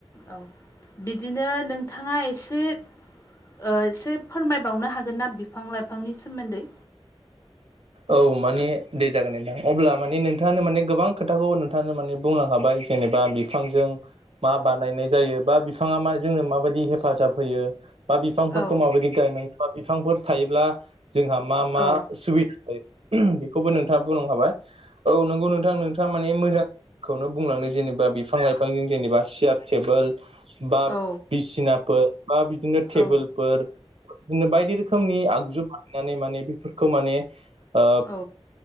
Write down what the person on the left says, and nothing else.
औ बिदिनो नोंथाङा एसे ओ एसे फोरमायबावनो हागोन ना बिफां-लाइफांनि सोमोन्दै?
औ
औ
औ
औ
औ